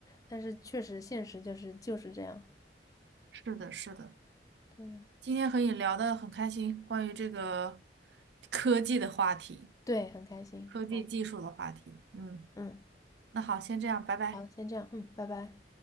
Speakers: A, on the left (about 20°); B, on the right (about 75°).
A: 但是确实现实就是就是这样。
B: 是的，是的，
A: 对
B: 今天和你聊得很开心，关于这个科技的话题，
A: 对，很开心。
B: 科技技术的话题。
A: 好，
B: 嗯，
A: 嗯，
B: 那好，先这样，拜拜。
A: 好，先这样，嗯，拜拜。